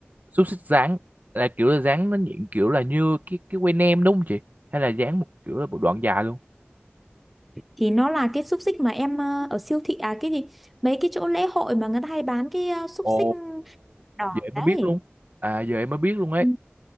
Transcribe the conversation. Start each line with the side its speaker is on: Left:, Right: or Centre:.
Right: xúc xích rán là kiểu là rán nó nhịn kiểu là như cái cái que nem đúng không chị hay là rán một kiểu là một đoạn dài luôn
Centre: thì nó là cái xúc xích mà em ờ, ở siêu thị à cái gì mấy cái chỗ lễ hội mà người ta hay bán cái ờ, xúc
Right: ồ
Centre: xích đỏ
Right: giờ em mới
Centre: đấy
Right: biết luôn à giờ em mới biết luôn ấy
Centre: Ừ.